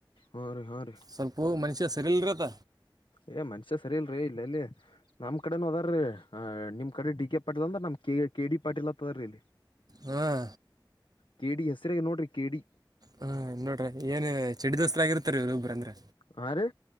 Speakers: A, on the left; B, on the right.
A: ಹರಿ ಹರೀ
B: ಸ್ವಲ್ಪ ಮನುಷ್ಯ ಸರಿಲ್ರತ
A: ಏ ಮನುಷ್ಯ ಸರಿ ಇಲ್ರಿ ಇಲ್ಲ ಎಲ್ಲಿ ನಮ್ ಕಡೆನು ಅದರಿ ಹ ನಿಮ್ ಕಡೆ ಡಿ ಕೆ ಪಾಟೀಲ್ ಅಂದ್ರ ನಮ್ ಕೆ ಕೆ ಡಿ ಪಾಟೀಲ್ ಅಂತ ಅದರಿ ಇಲ್ಲಿ
B: ಹಾಂ
A: ಕೇಡಿ ಹೆಸರೇ ನೋಡ್ರಿ ಕೇಡಿ
B: ಹಾ ನೋಡ್ರಿ ಏನ್ ಚಡ್ಡಿ ದೋಸ್ತ ಆಗಿರ್ತಾರ ಇ ಒಬ್ಬ್ರ ಅಂದ್ರೆ
A: ಹಾ ರೀ